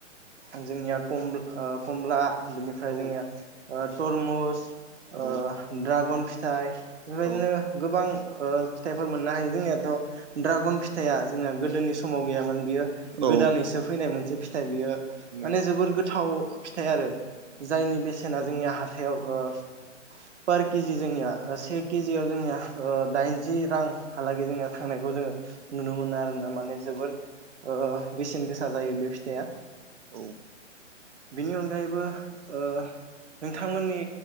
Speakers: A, on the right; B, on the right.
A: आं जोंनिया कम कमला बिनिफ्राय
B: औ
A: जोंनिया तरमुस दड्रागन
B: औ
A: फिथाइ बेबायदिनो
B: औ
A: गोबां फिथाइफोर मोननो हायो जोंनियाथ' दड्रागन फिथाइया जोंना गोदोनि समाव गैयामोन बियो
B: औ
A: गोदानैसो फैनाय मोनसे फिथाइ बियो माने
B: नों
A: जोबोर गोथाव। फिथाइ आरो जायनि बेसेना जोंनिया हाथायाव ओ पार केजि जोंनिया से केजियाव जोंनिया ओ दाइनजि रांहालागै जोंनिया थांनायखौ जोङो नुनो मोनो आर ना माने जोबोर ओ बेसेन गोसा जायो बे फिथाइया
B: औ
A: बेनि अनगायैबो ओ नोंथांमोननि